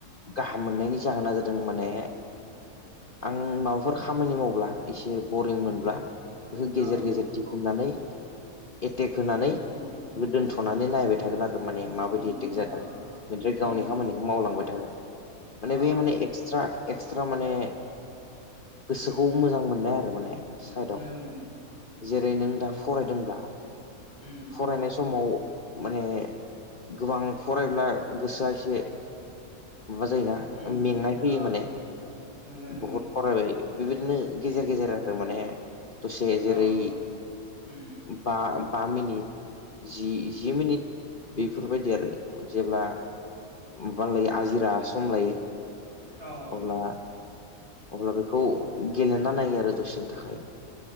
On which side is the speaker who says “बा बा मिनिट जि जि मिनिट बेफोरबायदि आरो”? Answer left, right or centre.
Left